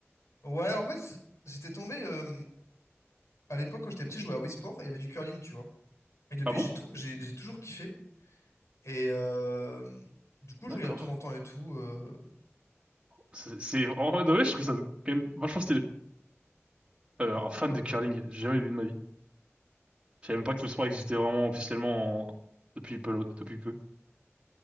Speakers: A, on the left; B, on the right.
A: Ouais, en fait, c'est- j'étais tombé. euh, à l'époque, quand j'étais petit, je jouais à Wii Sport et il y avait du curling, tu vois. Et depuis,
B: Ah bon?
A: j'ai trou- j'ai j'ai toujours kiffé. Et euh, du coup,
B: D'accord.
A: je regarde de temps en temps et tout. euh,
B: C'est, c'est- en vrai, de vrai, je trouve ça quand même vachement stylé. Euh,
A: du
B: un
A: coup,
B: fan
A: voilà.
B: de curling, j'ai jamais vu de ma vie. Je savais même pas que le sport existait vraiment officiellement en- depuis peu, depuis peu.